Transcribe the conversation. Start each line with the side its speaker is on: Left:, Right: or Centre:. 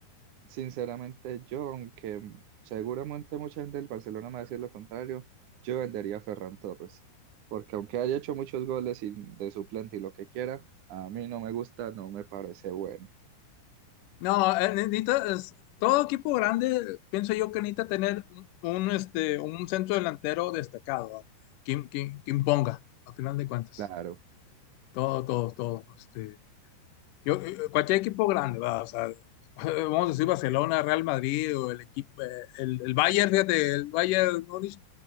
Right: Sinceramente, yo, aunque seguramente mucha gente del Barcelona me va a decir lo contrario, yo vendería a Ferran Torres, porque aunque haya hecho muchos goles y de suplente y lo que quiera, a mí no me gusta, no me parece bueno.
Left: No, eh, necesita, es- todo equipo grande, pienso yo que necesita tener un, un, este, un centro delantero destacado, ¿va? que, que, que imponga, a final de cuentas.
Right: Claro,
Left: Todo, todo, todo. Este, yo, eh, cualquier equipo grande, ¿va? O sea, <laughs> vamos a decir Barcelona, Real Madrid o el equipo, eh, el, el Bayern, fíjate, el Bayern Múnich,